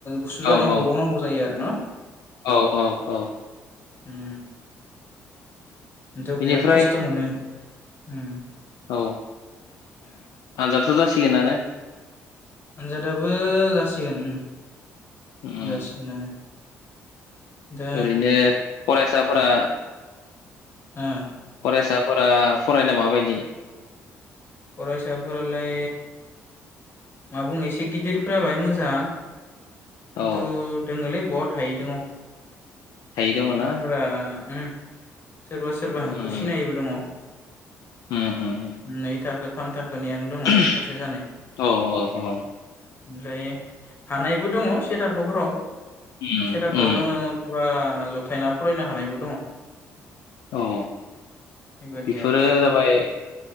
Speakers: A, on the left (about 40°); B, on the left (about 70°).
A: गुसु
B: औ
A: जानायाव
B: औ
A: गोबाव नांगौ जायो आरो न?
B: औ औ औ।
A: उम। नोंथ'
B: बिनिफ्राय
A: बिराद खस्थ' मोनो। हम।
B: औ। आजादाथ' जासिगोनानो।
A: अनजादाबो जासिगोन।
B: उम
A: जासिगोनानो। दा
B: ओरैनो फरायसाफोरा
A: उम।
B: फरायसाफोरा फरायनायाव माबायदि?
A: फरायसाफोरालाय मा बुंनो एसे गिदिरफोरा बाय मोजां।
B: औ
A: खिन्थु दोङोलै बहुद हायै दोङ'।
B: हायै दङ
A: माबाबोरा
B: ना
A: उम। सोरबा सोरबा
B: उम
A: हांखो सिनायिबो दङ'।
B: उम उम
A: नै थाखोथाम, थाखोनियानो
B: औ
A: थाखो दङ सासे
B: औ
A: सानै
B: औ।
A: ओमफ्राय हानायबो दङ से थाखोफोराव।
B: उम
A: सेे थाखोआवनो
B: उम
A: बा जथायना फरायनो हानायबो दङ।
B: औ
A: बेबादि
B: बेफोरो
A: आरो
B: जाबाय